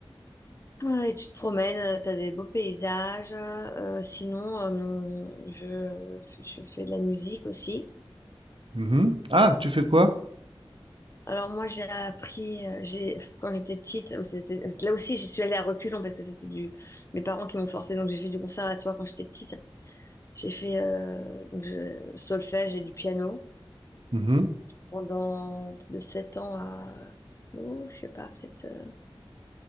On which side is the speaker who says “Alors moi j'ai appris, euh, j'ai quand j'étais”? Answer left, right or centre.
Left